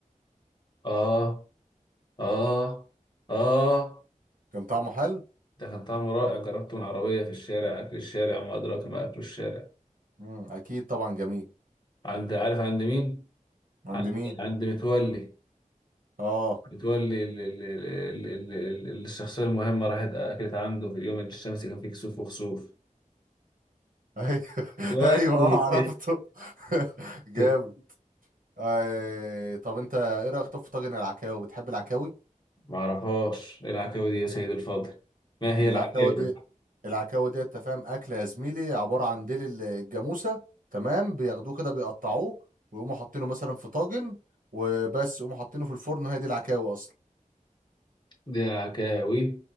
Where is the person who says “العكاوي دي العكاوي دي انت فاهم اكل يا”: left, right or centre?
Right